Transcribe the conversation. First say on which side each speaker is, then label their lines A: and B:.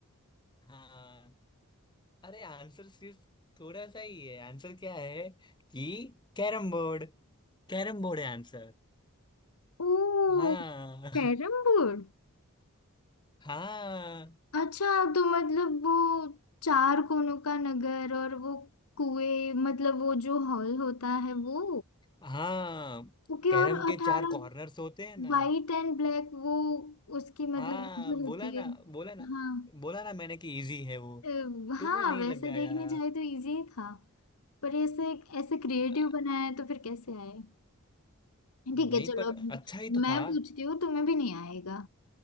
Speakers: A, on the left; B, on the left.
A: हाँ अरे आंसर सिर्फ थोड़ा सा ही है आंसर क्या है कि कैरम बोर्ड कैरम बोर्ड है आंसर
B: ओ
A: हाँ <laughs>
B: कैरम बोर्ड
A: हाँ
B: अच्छा तो मतलब वो चार कोनों का नगर और वो कुएं मतलब वो जो हॉल होता है वो
A: हाँ
B: ओके
A: कैरम
B: और
A: के
B: अठारह
A: चार कॉर्नर्स होते हैं ना
B: वाइट एंड ब्लैक वो उसकी मतलब
A: हाँ
B: जो होती
A: बोला ना
B: है
A: बोला ना
B: हाँ
A: बोला ना मैंने कि इजी है वो
B: अ,
A: तुम्हें
B: हाँ
A: नहीं
B: वैसे
A: लगाया
B: देखने जाए तो इजी ही था पर ऐसे ऐसे क्रिएटिव
A: आ,
B: बनाया है तो फिर कैसे आए ठीक
A: नहीं
B: है चलो
A: पर
B: अब
A: अच्छा ही तो
B: मैं
A: था
B: पूछती हूँ तुम्हें भी नहीं आएगा